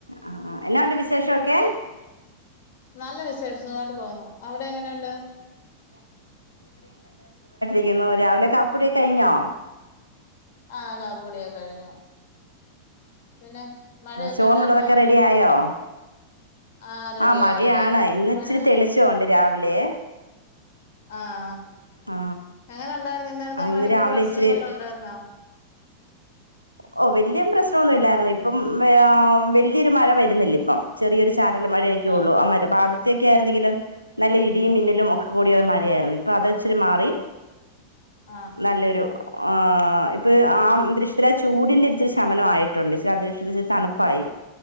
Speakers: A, on the right (about 85°); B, on the left (about 50°).
A: ആ എന്നാ ഉണ്ട് വിശേഷമൊക്കെ
B: നല്ല വിശേഷം സുഗായിട്ട് പോന്നു അവിടെ എങ്ങനെയുണ്ട്
A: രിക്കുന്നു രാവിലെ കാപ്പൂടിയൊക്കെ കഴിഞ്ഞോ
B: ആഹ കാപ്പൂടിയാ കഴിഞ്ഞോ പിന്നെ മഴയൊക്കെ
A: ചോറിനുള്ളതൊക്കെ
B: ഉണ്ടായിരുന്നോ
A: റെഡി ആയോ
B: ആഹ റെഡി
A: ആ മഴയാണ്
B: ആയി റെഡി ആയി
A: ഇന്ന്
B: മഴ
A: ഇച്ചിരി
B: <inaudible>
A: തെളിച്ചമുണ്ട് രാവിലെ
B: ആഹ്
A: ആ
B: എങ്ങനെ ഉണ്ടായിര്ന്ന ഇന്നലത്തെ
A: ആ ഇന്ന്
B: മഴക്ക്
A: രാവിലെ
B: പ്രശം
A: ഇച്ചിരി
B: വല്ലാം ഉണ്ടായിരുന്നോ
A: ഓ വലിയ പ്രശ്നംന്നുല്ലായിരുന്നു ഇപ്പം വലിയൊരു മഴ വരുന്നില്ല ഇപ്പം ചെറിയൊരു ചാറ്റല് മഴയൊക്കെ
B: ആഹ്
A: ഒള്ളൂ ആദ്യത്തെക്കെ ആരുന്നങ്കിലോ നല്ല ഇടി ട മിന്നലും ഒക്കെ കൂടിയ മഴയായിരുന്നു ഇപ്പൊ അത്ച്ചിരി മാറി
B: ആഹ്
A: നല്ലൊരു ആ ഇപ്പ ആ ദൃശ ചൂടിന്റെ ഇചിരി ശമനം ആയിട്ടുണ്ട് അന്തീക്ഷ തണുപ്പായി